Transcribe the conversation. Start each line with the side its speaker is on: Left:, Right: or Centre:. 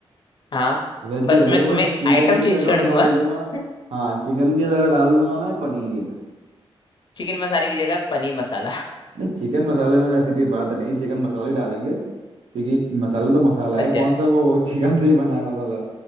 Left: हाँ
Right: वैसे
Left: बस
Right: ही रहेगा
Left: मैं
Right: बट
Left: तुम्हें
Right: चिकन
Left: आइटम
Right: की जगह
Left: चेंज कर
Right: मैं
Left: दूंगा
Right: डाल दूंगा
Left: <laughs>
Right: हाँ चिकन की जगह डाल दूंगा मैं पनीर
Left: चिकन मसाले की जगह पनीर मसाला
Right: नहीं चिकन मसाले में ऐसी कोई बात नहीं चिकन मसाला ही डालेंगे क्योंकि मसाला तो मसाला
Left: <laughs> अच्छा
Right: है कौन सा वो <laughs> चिकन से ही बना है मसाला